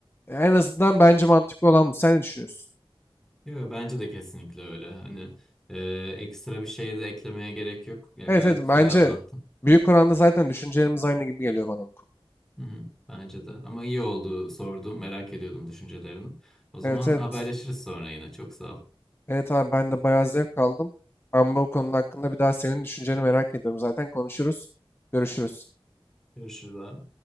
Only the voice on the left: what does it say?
en azından bence mantıklı olan bu. Sen ne düşünüyorsun?
Evet evet bence
büyük oranda zaten düşüncelerimiz aynı gibi geliyor bana bu konu.
Evet evet.
Evet abi ben de bayağı zevk aldım. Ama bu konu hakkında bir daha senin düşünceni merak ediyorum. Zaten konuşuruz. Görüşürüz.